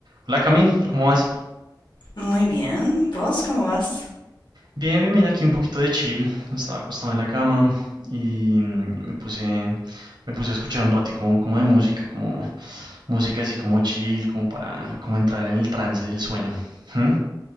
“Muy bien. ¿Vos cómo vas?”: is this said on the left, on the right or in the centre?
Left